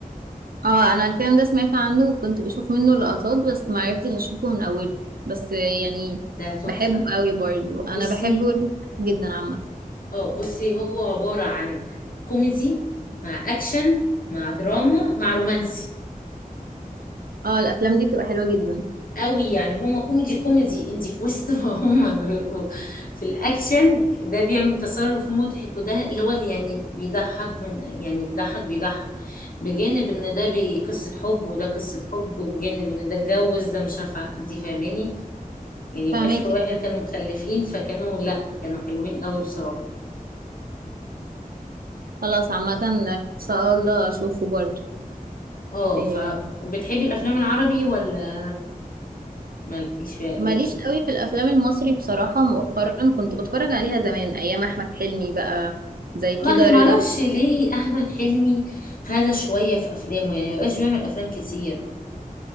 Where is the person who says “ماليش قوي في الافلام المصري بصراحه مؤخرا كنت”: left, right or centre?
Right